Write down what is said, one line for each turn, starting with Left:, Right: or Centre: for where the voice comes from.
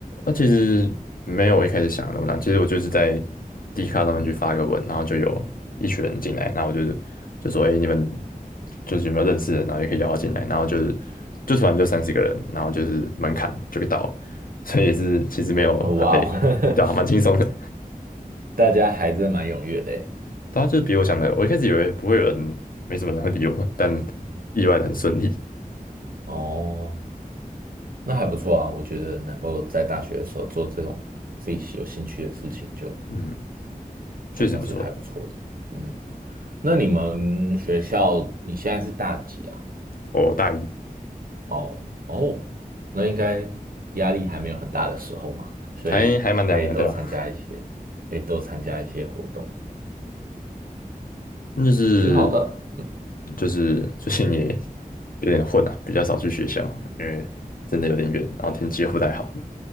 Left: 那其实没有我一开始想的那么难，其实我就是在 d 卡上面去发一个文，然后就有一群人进来，然后我就是就说，哎、你们就是有没有认识的，然后也可以邀他进来，然后就是就突然就三十个人，然后就是门槛就给到了，<laughs> 所以也是其实没有很累，
Right: 哦，哇哦，
Left: 对啊，蛮轻松的，
Right: <laughs> 大家还真蛮踊跃的耶。
Left: <laughs> 对啊，就是比我想的，我一开始以为不会有人，没什么人会理我们，但意外的很顺利，
Right: 哦，那还不错啊，我觉得能够在大学的时候做这种自己喜有兴趣的事情，就
Left: 嗯，确实不错，
Right: 算是还不错的。嗯，那你们学校你现在是大几啊？
Left: 我大一
Right: 哦哦，那应该压力还没有很大的时候嘛，所以可以多参加一些，
Left: 还还蛮凉的，对啊，
Right: 可以多参加一些活动，
Left: 那就是
Right: 挺好的。
Left: 就是最近也有点混啊，比较少去学校，因为真的有点远，然后天气又不太好，